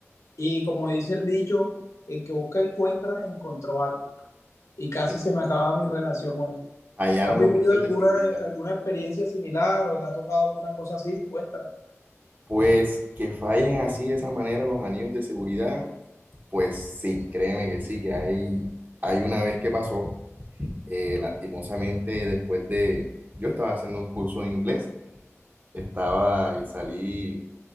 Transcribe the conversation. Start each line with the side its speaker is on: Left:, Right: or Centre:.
Left: Y como dice el dicho, el que busca encuentra, encontró algo. Y casi
Right: Eh,
Left: se me acaba mi relación hoy.
Right: Fallaron
Left: ¿Has vivido
Right: los anillos
Left: alguna,
Right: de seguridad.
Left: alguna experiencia similar o te ha tocado alguna cosa así? Cuéntame.
Right: Pues que fallen así de esa manera los anillos de seguridad, pues sí, créeme que sí, que hay, hay una vez que pasó, eh, lastimosamente después de, yo estaba haciendo un curso de inglés, estaba y salí